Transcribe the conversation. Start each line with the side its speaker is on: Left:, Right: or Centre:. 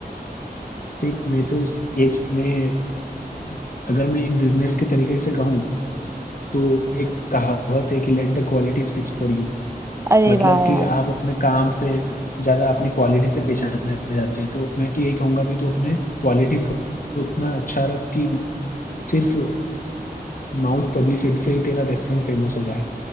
Left: देख मैं तो एज में अगर मैं एक बिजनेस के तरीके से कहूँ तो एक कहावत है कि let the quality speaks for you
Right: अरे
Left: मतलब
Right: वाह यार
Left: कि आप अपने काम से ज्यादा अपनी क्वालिटी से पहचाने जाते हैं तो मैं तो यही कहूंगा कि तू अपने क्वालिटी को इतना अच्छा रख कि सिर्फ माउथ पब्लिसिटी से ही तेरा रेस्टोरेंट फेमस हो जाए